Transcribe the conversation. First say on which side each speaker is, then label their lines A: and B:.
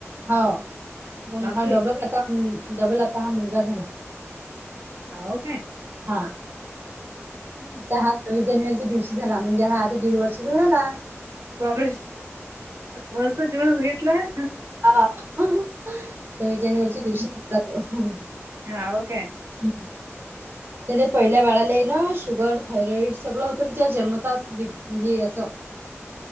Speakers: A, on the right; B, on the right.
A: हो मग
B: बापरे!
A: हा डबल आता डबल आता हा मुलगा झाला.
B: हा हो काय?
A: हा.
B: हम्म.
A: त्या हा सव्वीस जानेवारीच्या दिवशी झाला म्हणजे हा आता दीड वर्षचा झाला.
B: बाबरेश मस्त दिवस भेटलाय.
A: हा हं सव्वीस जानेवारी च्या दिवशी पण जातो.
B: हा ओके हाय.
A: हम्. त्या ला पहिल्या बाळाला ना शुगर थायरॉइड सगळं होत जन्मताच हे असं.